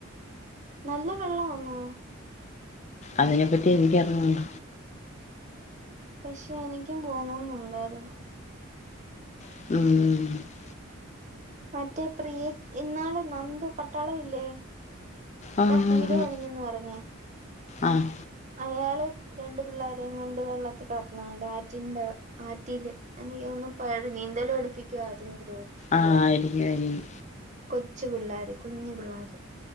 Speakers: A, on the right; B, on the left.
A: നല്ല വെള്ളവാന്നോ
B: അതിനെപ്പറ്റി എനിക്കർഞ്ഞൂട
A: പഷെ നിക്കും പോണെന്നുണ്ടായിര്ന്നു
B: മ്
A: മറ്റേ പ്രിയ് ഇന്നാള് നന്തു പട്ടാള ഇല്ലേ ഇപ്പൊ
B: ആഹ് ഹ്
A: വീട്
B: ഹ്
A: പണിഞ്ഞന്ന് പറഞ്ഞേ
B: ആഹ്
A: അയാള് രണ്ട് പിള്ളാരേം കൊണ്ട് വെള്ളത്തി കെടക്കുന്നുണ്ട് ആറ്റിന്റെ ആറ്റില് എനിക്കോന്നു പ നീന്തലട്പ്പിക്കായിരുന്നു തോന്നു
B: ആഹ് എലിഞ്ഞു എലിഞ്ഞു
A: കൊച്ചു പിള്ളാര് കുഞ്ഞു പിള്ളാര്